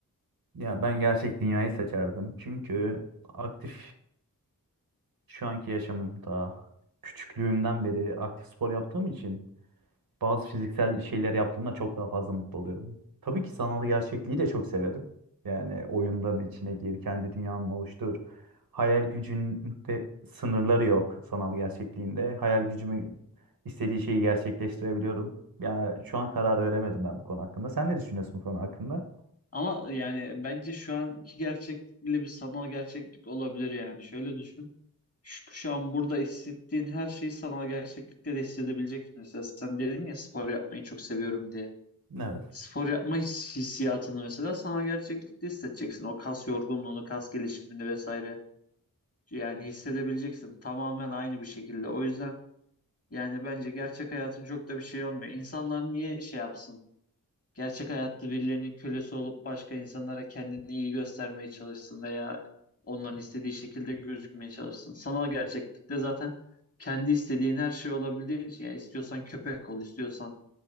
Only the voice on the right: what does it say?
Ya ben gerçek dünyayı seçerdim. Çünkü aktif şu anki yaşamım daha küçüklüğümden beri aktif spor yaptığım için bazı fiziksel şeyler yaptığımda çok daha fazla mutlu oluyorum. Tabii ki sanal gerçekliği de çok severim. Yani oyunların içine gir, kendi dünyanı oluştur. Hayal gücünde sınırları yok sanal gerçekliğinde. Hayal gücümün istediği şeyi gerçekleştirebiliyorum. Ya şu an karar veremedim ben bu konu hakkında. Sen ne düşünüyorsun bu konu hakkında?
Evet.